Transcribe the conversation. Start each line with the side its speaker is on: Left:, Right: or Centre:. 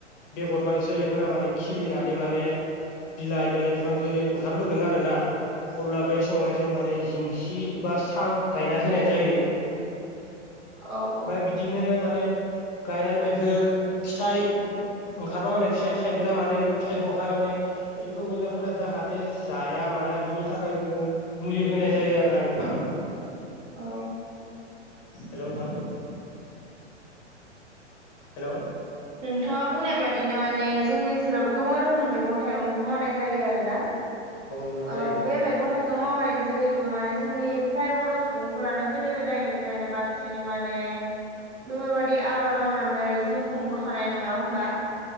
Left: बेगद माने जोलैफोरा माने खिलिनानै माने बिलाइ बेयावनो बिफां जोलै ओंखारबोगोन आरो ना अब्ला बै समावहाय जों माने जिंसि बा सां गायना
Right: औ
Left: होनाय जायो।
Right: औ
Left: बा
Right: औ।
Left: बिदिनो माने गायनानै मैफोर फिथाइ ओंखारबा माने फिथाइ थाइबोब्ला माने बे फिथाइखौहाय माने एम्फौ एनलाफोरा जाहाथे जाया माया बिनि थाखाय जोङो मुलि होनाय जायो आरोना नोंथां।
Right: औ।
Left: हेलौ नोंथां। हेलौ।
Right: नोंथाङा बुंनाय बादिनो माने जोंनि ओनसोलावबो गोबां रोखोमनि मैगं थाइगंखौ मावनाय जायो आरो ना।
Left: नोंथां
Right: ओ
Left: जायो
Right: बे मैगं थाइगं मावनायनि जोहैबो माने जोंनि फ्राय बर' सुबुंफोरानो गोदो गोदायनिफ्रायनो बांसिनै माने बेफोरबादि आबाद मावनानै जिउ खुंबोखानाय नङा होमबा